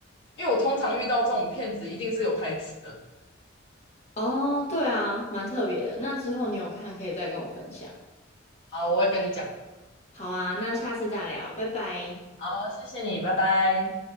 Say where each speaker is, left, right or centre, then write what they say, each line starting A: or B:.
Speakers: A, on the left (about 60°); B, on the left (about 35°).
A: 因为我通常遇到这种骗子一定是有台词的。
B: 哦，对啊，蛮特别的。那之后你有看可以再跟我分享。
A: 好，我会跟你讲。
B: 好啊，那下次再聊，拜拜。
A: 好，谢谢你，拜拜。